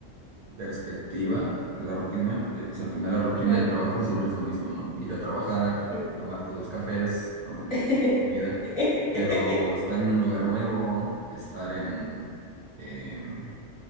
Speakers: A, on the right (about 70°); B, on the left (about 25°).
A: perspectiva de la rutina, porque pues al final la rutina
B: Claro.
A: de trabajo siempre es lo mismo, ¿no? Ir a trabajar,
B: Sí.
A: eh, tomarte dos cafés, comer tu
B: <laughs>
A: vida, pero estar en un lugar nuevo, estar en, em,